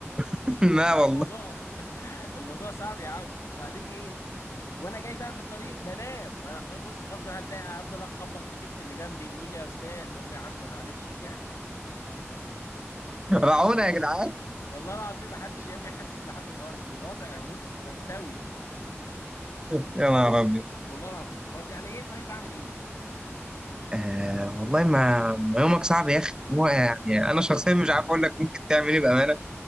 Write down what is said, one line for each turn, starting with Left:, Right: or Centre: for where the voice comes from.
Right: <laughs> لا
Left: ده
Right: والله
Left: الموضوع <laughs> الموضوع صعب يا عم وبعدين ايه وانا جاي بقى في الطريق بنام ما انا خ- بص غصب عني هتلاقي افضل اخبط في كتف اللي جنبي ويقول لي يا استاذ اقول له يا عم معلش يعني
Right: رعونا يا جدعان
Left: <laughs> والله العظيم محدش يا اخي حاسس بحد خالص الوضع بص مأساوي
Right: يا نهار
Left: إيه؟
Right: ابيض
Left: والله العظيم طب يعني ايه طيب اعمل ايه
Right: آه والله ما ما يومك صعب يا اخي هو يعني انا شخصيا مش عارف اقول لك ممكن تعمل ايه بامانه